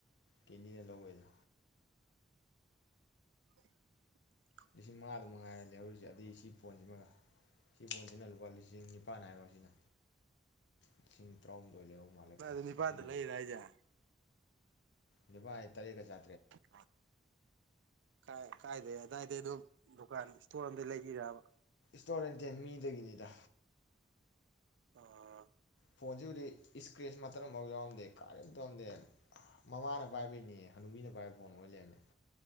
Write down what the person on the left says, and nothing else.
ꯀꯦꯟꯗꯤꯅ ꯂꯧꯒꯤꯗꯨ꯫
ꯂꯤꯁꯤꯡ ꯃꯉꯥꯗꯨ ꯃꯉꯥꯏꯔꯦ ꯂꯩꯍꯧꯔꯤꯁꯤ ꯑꯗꯩ ꯁꯤ ꯐꯣꯟꯁꯤꯃꯒ꯫ ꯁꯤ ꯐꯣꯟꯁꯤꯅ ꯂꯨꯄꯥ ꯂꯤꯁꯤꯡ ꯅꯤꯄꯥꯟ ꯍꯥꯏꯔꯣ ꯁꯤꯅ꯫ ꯂꯤꯁꯤꯡ ꯇꯔꯥꯍꯨꯝꯗꯣꯏ ꯂꯩꯍꯧ ꯃꯥꯜꯂꯦꯀꯣ
ꯂꯤꯁꯤꯡ
ꯅꯤꯄꯥ ꯍꯥꯏ ꯇꯔꯦꯠꯀ ꯆꯥ
ꯁ꯭ꯇꯣꯔꯗꯩꯇꯦ ꯃꯤꯗꯒꯤꯅꯤꯗ꯫
ꯐꯣꯟꯁꯤꯕꯨꯗꯤ ꯏꯁꯀ꯭ꯔꯦꯁ ꯃꯇꯠ ꯑꯝꯐꯥꯎ ꯌꯥꯎꯔꯝꯗꯦ ꯀꯥꯔꯤꯝ ꯇꯧꯝꯗꯦ꯫ ꯃꯃꯥꯅ ꯄꯥꯏꯕꯩꯅꯦ ꯍꯅꯨꯕꯤꯅ ꯄꯥꯏꯕ ꯐꯣꯟ ꯑꯣꯏ ꯂꯩꯔꯝꯃꯦ